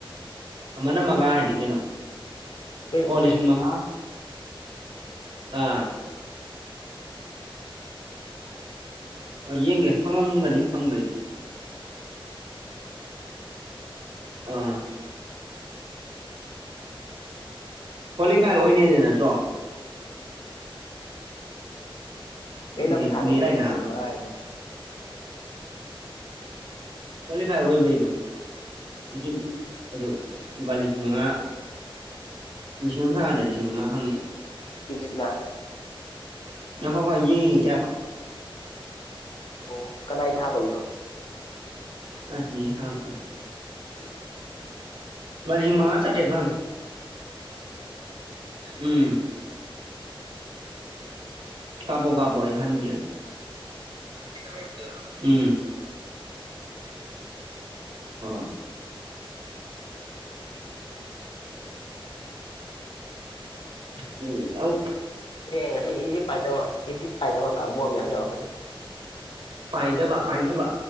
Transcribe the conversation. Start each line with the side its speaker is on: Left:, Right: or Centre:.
Right: ꯑꯃꯅ ꯃꯉꯥ ꯍꯥꯏꯗꯤ ꯀꯩꯅꯣ
Left: ꯀꯩ
Right: ꯑꯣ ꯂꯤꯁꯤꯡ ꯃꯉꯥ ꯑꯥ ꯌꯦꯡꯒꯦ ꯐꯪꯉꯝꯒꯅꯤ ꯐꯪꯕꯩꯗꯤ ꯑꯥ ꯀ꯭ꯋꯥꯂꯤꯐꯥꯏ ꯑꯣꯏꯅꯤꯗꯣ ꯅꯠꯇ꯭ꯔꯣ
Left: ꯀꯩꯂꯝ
Right: ꯅꯦꯠ
Left: ꯊꯥꯗꯣꯢꯔꯣ
Right: ꯅꯦꯠ ꯍꯥꯏꯅ
Left: ꯂꯤꯁꯤꯡ
Right: ꯍꯥꯏꯕ
Left: ꯃꯉꯥ ꯍꯥꯏꯗꯨꯗ
Right: ꯀ꯭ꯋꯥꯂꯤꯐꯥꯏ ꯑꯣꯏꯕꯩꯗꯣ ꯏꯖꯤꯞꯅ ꯑꯗꯨ ꯂꯨꯄꯥ ꯂꯤꯁꯤꯡ ꯃꯉꯥ ꯂꯤꯁꯤꯡ ꯑꯃ ꯊꯥꯅꯕꯅꯦ ꯂꯤꯁꯤꯡ ꯃꯉꯥ ꯐꯪꯉꯦ
Left: ꯏꯖꯤꯞ ꯅ
Right: ꯉꯥꯢꯈꯣ ꯈꯣ ꯌꯦꯡꯒꯦ ꯀꯌꯥ ꯐꯪꯕ
Left: ꯑꯣ ꯀꯅꯥꯏ ꯊꯥꯗꯣꯏꯅꯣ
Right: ꯑꯥ ꯃꯤ ꯍꯥꯞꯄꯦ
Left: <inaudible>
Right: ꯂꯨꯄꯥ ꯁꯤꯡ ꯃꯉꯥ ꯆꯥꯇꯔꯦꯠ ꯐꯉꯦ ꯎꯝ ꯀꯥꯄꯣ ꯀꯥꯄꯣ ꯑꯩ ꯍꯥꯟꯕꯤꯔꯒꯦ ꯎꯝ ꯍꯣ ꯍꯣꯏ ꯎꯝ ꯑꯥꯎ
Left: ꯑꯦ ꯉꯁꯤ ꯏꯖꯤꯠ ꯄꯥꯏꯗꯕ ꯏꯖꯤꯠ ꯄꯥꯏꯗꯕ ꯀꯥꯡꯕꯨ ꯑꯃ ꯌꯥꯝ ꯌꯥꯎꯔꯛꯀꯅꯤ
Right: ꯄꯥꯏꯗꯕ ꯄꯥꯏꯅꯕ